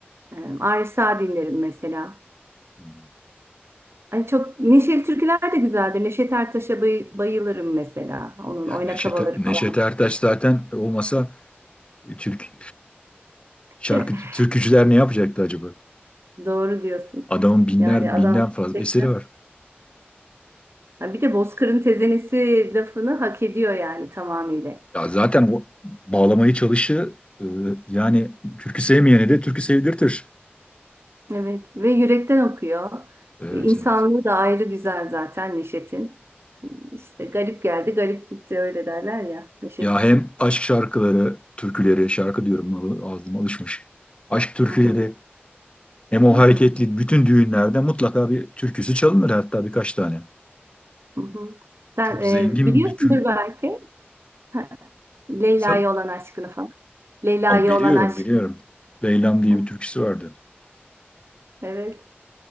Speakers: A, on the right; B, on the left.
A: e, Arif Sağ dinlerim mesela.
B: Hmm,
A: Hani çok neşeli türküler de güzeldir. Neşet Ertaş'a bay- bayılırım mesela. Onun
B: Yani
A: oynak
B: Neşet,
A: havaları
B: Neşet
A: falan.
B: Ertaş zaten olmasa e, Türk, Şarkı
A: <laughs>
B: türkücüler ne yapacaktı acaba?
A: Doğru diyorsun.
B: Adamın binler
A: Yani adam
B: binden fazla
A: gerçekten.
B: eseri var.
A: Ha, bir de Bozkır'ın tezenesi lafını hak ediyor yani tamamıyla.
B: Ya zaten o bağlamayı çalışı e, yani türkü sevmeyene de türkü sevdirtir.
A: Evet ve yürekten okuyor.
B: Evet,
A: E, İnsanlığı
B: evet.
A: da ayrı güzel zaten Neşet'in. İşte garip geldi, garip gitti öyle derler ya Neşet
B: Ya
A: için.
B: hem aşk şarkıları, türküleri, şarkı diyorum al- ağzıma alışmış. Aşk türküleri
A: Hı hı,
B: hem o
A: hı
B: hareketli
A: hı,
B: bütün düğünlerde mutlaka bir türküsü çalınır hatta birkaç tane.
A: hı hı. Sen
B: Çok
A: e,
B: zengin
A: biliyorsundur
B: bir kü-
A: belki ha, Leyla'ya
B: insan
A: olan aşkını falan. Leyla'ya
B: ama biliyorum
A: olan aşk.
B: biliyorum. Leylam diye
A: Hı,
B: bir türküsü vardı.
A: Evet.